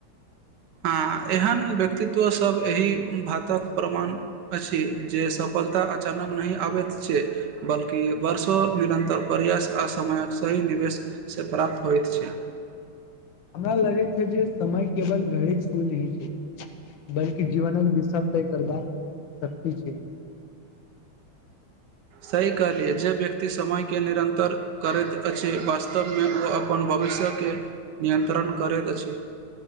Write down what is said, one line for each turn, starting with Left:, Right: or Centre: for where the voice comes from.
Left: <inaudible>
Right: हँ एहन व्यक्तित्व सब एहि बातक प्रमाण अछि जे सफलता अचानक नहि आबैत छै बल्कि वर्षो निरन्तर प्रयास आ समयक सही निवेश से प्राप्त होइत छै
Left: हमरा लगै छै जे समय केवल घड़ी सुन्य रहै छै बल्कि जीवनक दिशा तय करबाक शक्ति छै
Right: सही कहलियै जे व्यक्ति समयके निरन्तर करैत अछि वास्तवमे ओ अपन बात भविष्यके नियन्त्रण करैत अछि